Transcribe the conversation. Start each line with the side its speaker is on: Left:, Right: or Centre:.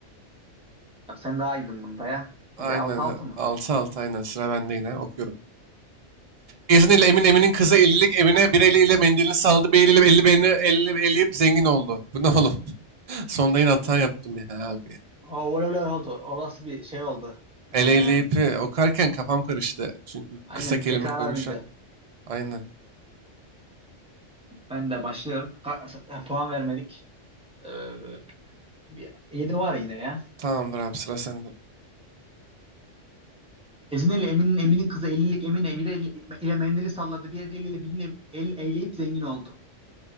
Centre: Yap sen daha iyiydin bunda ya.
Right: Aynen,
Centre: Hadi altı altı mı?
Right: altı altı aynen. Sıra bende yine. Okuyorum. İzniyle Emin Emin'in kızı ellilik Emine bir eliyle mendilini saldı. Bir eliyle elli beni elli, eleyip zengin oldu. Bu ne oğlum? <laughs> Sonda yine hata yaptım ya abi.
Centre: Oo, öyle öyle oldu. Orası bir şey oldu. Ee,
Right: El eleyip e, okarken kafam karıştı. Çünkü
Centre: aynen
Right: kısa kelime
Centre: tekrara
Right: koymuşlar.
Centre: bindi.
Right: Aynen.
Centre: Ben de başlıyorum. Ka- ya, puan vermedik. Ee, 7 var yine ya.
Right: Tamamdır abi sıra sende.
Centre: Ezine ile Emin'in Emin'in kızı 50'lik Emine bir el ile mendili salladı. Bir eliyle birini el el eyleyip zengin oldu.